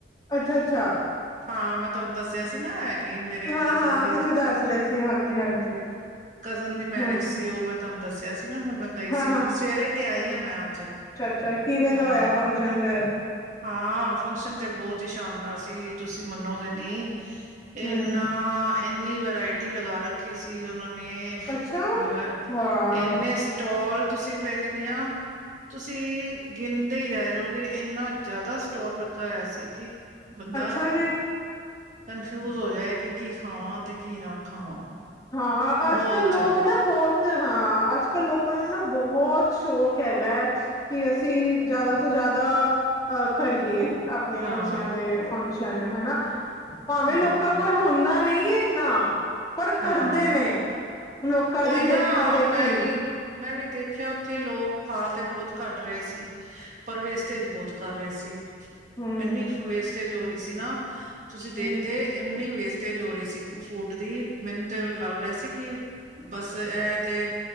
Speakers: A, on the left; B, on the right.
A: ਅੱਛਾ- ਅੱਛਾ।
B: ਹਾਂ। ਮੈਂ ਤੁਹਾਨੂੰ ਦੱਸਿਆ ਸੀ ਨਾ। ਮੇਰੇ
A: ਹਾਂ
B: ਕਜ਼ਨ
A: ਹਾਂ
B: ਦੀ,
A: ਤੁਸੀਂ ਦੱਸ ਰਹੇ ਸੀ ਹਾਂਜੀ ਹਾਂਜੀ
B: ਕਜ਼ਨ ਦੀ ਮੈਂ,
A: ਹਮ
B: ਸੀ। ਉਹ ਮੈਂ ਤੁਹਾਨੂੰ ਦੱਸਿਆ ਸੀ ਨਾ ਫਿਰ ਮੈਂ ਗਈ
A: ਹਾਂ
B: ਸੀ। ਸਵੇਰੇ ਤੇ ਆਈ ਆਂ ਮੈਂ ਅੱਜ।
A: ਆ ਕਿਵੇਂ
B: ਹਾਂ
A: ਦਾ ਹੋਇਆ ਫੰਕਸ਼ਨ ਫਿਰ?
B: ਹਾਂ। ਫੰਕਸ਼ਨ ਤੇ ਬਹੁਤ ਹੀ ਸ਼ਾਨਦਾਰ ਸੀ। ਤੁਸੀਂ ਮੰਨੋਗੇ ਨੀ, ਇਨਾ,
A: ਹਮ
B: ਇੰਨੀ ਵਰਾਇਟੀ ਲਗਾ ਰੱਖੀ। ਰਖੀ ਸੀ ਉਹਨਾਂ ਨੇ। ਅਹ
A: ਅੱਛਾ ਹਾਂ
B: ਇੰਨੇ, ਸਟੋਲ ਤੁਸੀਂ ਮੈਂ ਕਹਿੰਦੀ ਹਾਂ। ਤੁਸੀਂ ਗਣਦੇ ਹੀ ਰਹਿ ਜਾਓਗੇ, ਇਨਾ ਜ਼ਿਆਦਾ ਸਟੋਰ ਲੱਗਾ ਹੋਇਆ ਸੀ ਕਿ, ਬੰਦਾ
A: ਅੱਛਾ ਜੀ
B: ਕੰਨਫਿਊਜ ਹੋ ਜਾਏ ਕਿ, ਕੀ ਖਾਵਾਂ ਤੇ ਕੀ ਨਾ ਖਾਵਾਂ।
A: ਹਾਂ,
B: ਬਹੁਤ
A: ਅੱਜ ਕੱਲ੍ਹ ਲੋਕ
B: ਜ਼ਿਆਦਾ
A: ਨਾ ਬਹੁਤ ਤੇ ਹਾਂ। ਅੱਜ-ਕੱਲ੍ਹ ਲੋਕਾਂ ਨੂੰ ਨਾ ਬਹੁਤ ਸ਼ੌਕ ਹੈਗਾ ਹੈ। ਕਿ ਅਸੀਂ ਜ਼ਿਆਦਾ ਤੋਂ ਜ਼ਿਆਦਾ ਅ, ਕਰੀਏ। ਆਪਣੇ
B: ਹਾਂ
A: ਬੱਚਿਆਂ ਦੇ ਫੰਕਸ਼ਨ। ਹਨਾ। ਭਾਵੇਂ
B: ਹਾਂ
A: ਲੋਕਾਂ ਕੋਲ ਹੁੰਦਾ ਨਹੀਂ ਇੰਨਾ। ਪਰ
B: ਹਾਂ।
A: ਕਰਦੇ ਨੇ ਲੋਕਾਂ ਦੀ
B: ਉਹੀ ਨਾ
A: ਦੇਖਾ ਦੇਖੀ
B: ਮੈਂ ਵੀ, ਮੈਂ ਵੀ ਦੇਖਿਆ ਉੱਥੇ ਲੋਕ ਖਾ ਤੇ ਬਹੁਤ ਘੱਟ ਰਹੇ ਸੀ। ਪਰ ਵੇਸਟੇਜ ਬਹੁਤ ਕਰ ਰਹੇ ਸੀ।
A: ਹਮ
B: ਇੰਨੀ ਵੇਸਟੇਜ ਹੋ ਰਹੀ ਸੀ ਨਾ, ਤੁਸੀਂ ਦੇਖਦੇ
A: ਹਮ
B: ਇੰਨੀ ਵੇਸਟੇਜ ਹੋ ਰਹੀ ਸੀ। ਇੱਕ ਫੂਡ ਦੀ ਮੈਨੂੰ ਤੇ ਲੱਗ ਰਿਹਾ ਸੀ। ਕਿ ਬਸ ਇਹ ਤੇ